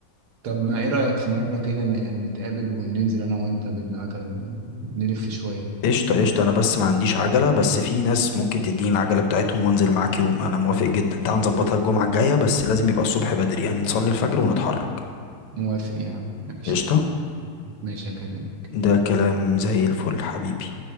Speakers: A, on the right; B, on the left.
A: طب ما ايه رايك في مره كده ن- نتقابل وننزل انا وانت بالعجل نلف شويه
B: فقشطه قشطه انا بس ما عنديش عجله بس في ناس ممكن تديني العجله بتاعتهم وانزل معاك يوم انا موافق جدا تعال نظبطها الجمعه الجايه بس لازم يبقى الصبح بدري يعني نصلي الفجر ونتحرك
A: موافق يعني ماشي
B: قشطه
A: ماشي هكلمك
B: ده كلام زي الفل حبيبي